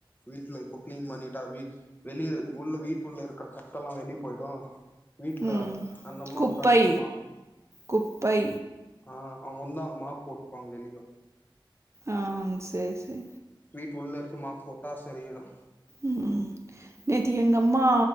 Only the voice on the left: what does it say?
வீட்டு்ல இப்போ கிளீன் பண்ணிட்டா வீ வெளிய உள்ள வீட்டு உள்ள இருக்கிற சத்தல்லாம் வெளியே போயிடும் வீட்டுல
அந்தம்மா
வந்த அந்தம்மா மாப்
ஆ அவங்க வந்தா அவங்க மாப் போட்டுப்பாங்க வெளிக்கும்
வீட்டு உள்ள இருக்கு மாப்போட்டா சரியிடும்